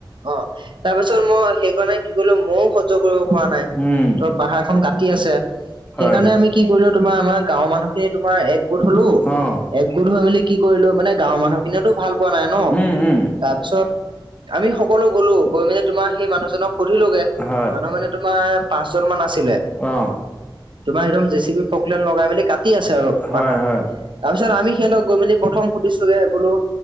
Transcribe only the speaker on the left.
উম,
হয়,
অ',
উম, উম,
হয়।
অ'।
হয়,
হয়,